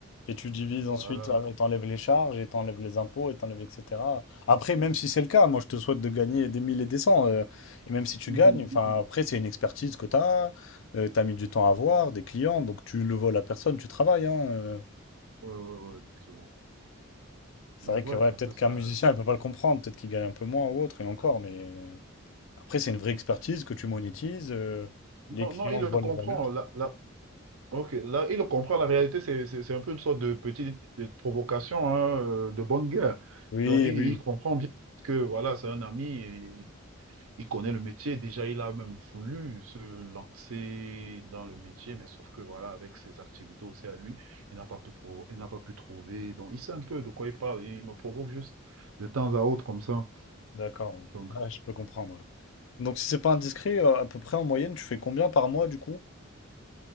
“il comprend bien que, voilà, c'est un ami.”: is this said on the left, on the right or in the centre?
Right